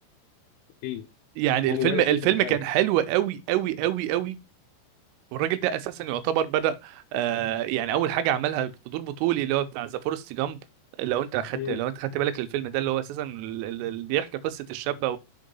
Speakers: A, on the left (about 80°); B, on the right (about 85°).
A: اكيد
B: يعني
A: هو
B: الفيلم
A: مميز
B: الفيلم
A: جدا فعلا
B: كان حلو قوي قوي قوي قوي والراجل ده اساسا يعتبر بدأ آه يعني اول حاجة عملها في دور بطولي اللي هو بتاع ذا فورست جامب لو انت اخدت
A: امم
B: لو انت خدت بالك للفيلم ده اللي هو اساسا اللي بيحكي قصه الشابه